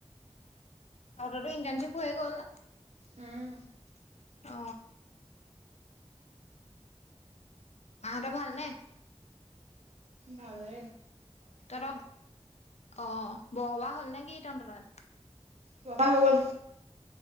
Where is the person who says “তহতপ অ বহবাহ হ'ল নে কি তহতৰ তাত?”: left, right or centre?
Left